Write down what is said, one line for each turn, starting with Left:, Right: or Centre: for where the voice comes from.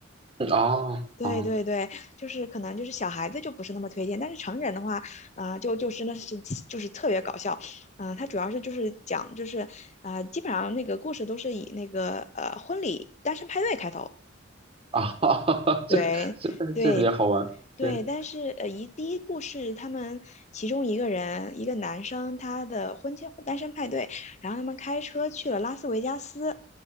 Right: 嗯啊啊
Left: 对对对，就是可能就是小孩子就不是那么推荐，但是成人的话，啊，就就真的是就是特别搞笑。嗯、它主要是就是讲就是，呃，基本上那个故事都是以那个呃婚礼单身派对开头。
Right: 啊，<laughs>
Left: 对，
Right: 这这这比较好玩。
Left: 对，对，
Right: 对，
Left: 但是呃，一第一部是他们其中一个人，一个男生，他的婚前单身派对，然后他们开车去了拉斯维加斯，